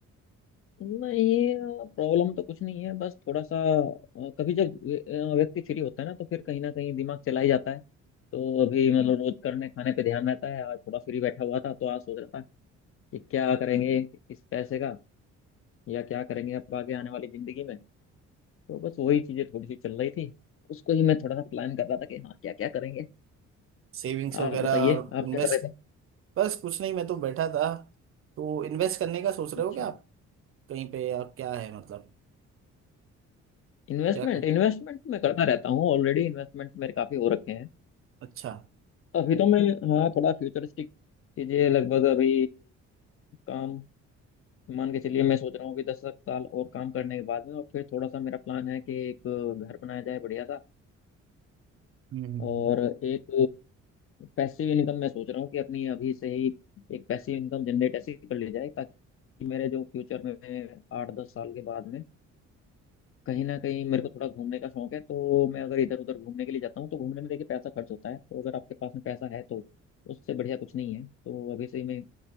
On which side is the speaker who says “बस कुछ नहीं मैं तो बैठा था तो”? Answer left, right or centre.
Right